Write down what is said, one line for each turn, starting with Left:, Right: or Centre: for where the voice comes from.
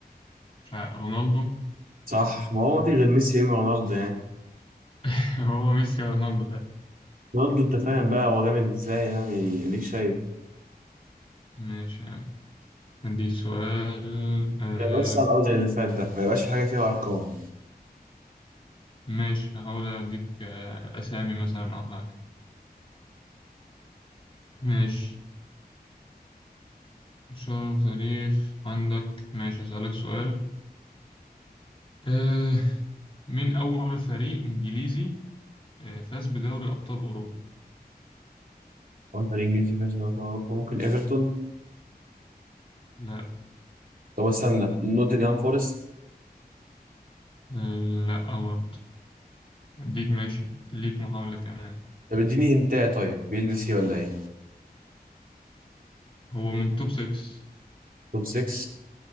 Left: مش عارف رونالدو
Right: صح ما هو ما في غير ميسي يا إما رونالدو يعني
Left: <laughs> هو ميسي يا رونالدو
Right: رونالدو أنت فاهم بقى هو جامد إزاي يعني أديك شايف
Left: ماشي يعني عندي سؤال آه
Right: ما يبقاش صعب أوي زي اللي فات ده ما يبقاش في حاجة فيها أرقام
Left: ماشي هحاول أديك آه، أسامي مثلا أو حاجة ماشي شهر تاريخ عندك ماشي أسألك سؤال أه مين أول فريق إنجليزي آه، فاز بدوري أبطال أوروبا؟
Right: هو الفريق الإنجليزي فيها أرقام أوروبا. ممكن إيفرتون
Left: لا
Right: طب استنى نوتنجهام فورست
Left: أه لا برضه أديك ماشي ليك محاولة كمان
Right: طب اديني هنتاية طيب بيلبس إيه ولا إيه
Left: هو من توب 6
Right: توب 6